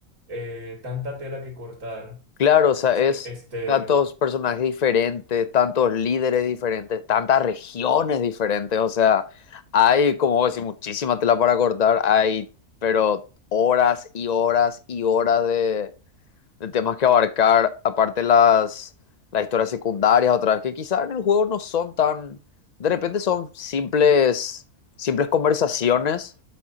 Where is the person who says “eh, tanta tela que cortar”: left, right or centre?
Right